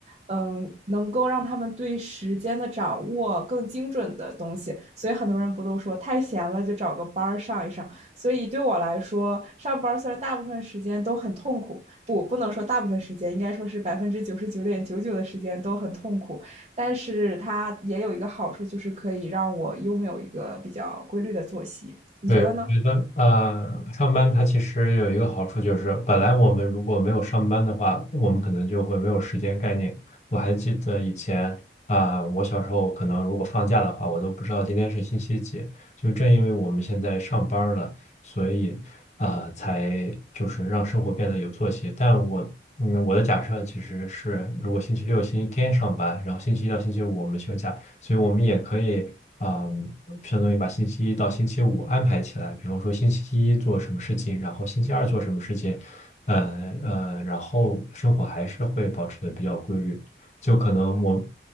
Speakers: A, on the right; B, on the left.
A: 嗯，能够让他们对时间的掌握更精准的东西，所以很多人不都说太闲了就找个班儿上一上。所以对我来说，上班虽然大部分时间都很痛苦，不不能说大部分时间，应该说是百分之九十九点九九的时间都很痛苦。但是它也有一个好处，就是可以让我拥有一个比较规律的作息。你觉得呢？
B: 对，我觉得呃，上班它其实有一个好处就是，本来我们如果没有上班的话，我们可能就会没有时间概念。我还记得以前啊、我小时候可能如果放假的话，我都不知道今天是星期几。就正因为我们现在上班儿了，所以啊，才就是让生活变得有作息。但我嗯，我的假设其实是，如果星期六、星期天上班，然后星期一到星期五我们休假，所以我们也可以，嗯，相当于把星期一到星期五安排起来，比方说星期一做什么事情，然后星期二做什么事情，呃呃，然后生活还是会保持的比较规律，就可能我